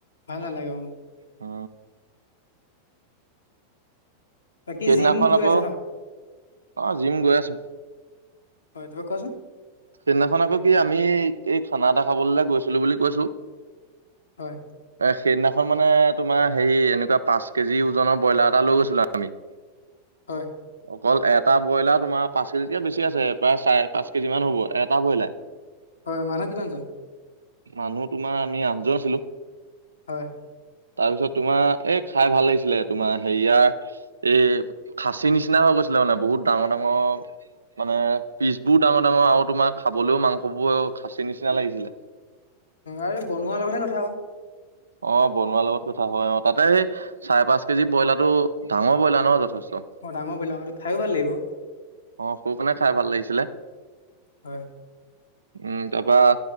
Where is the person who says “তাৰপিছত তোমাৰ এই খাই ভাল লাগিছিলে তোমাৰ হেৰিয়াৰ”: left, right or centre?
Right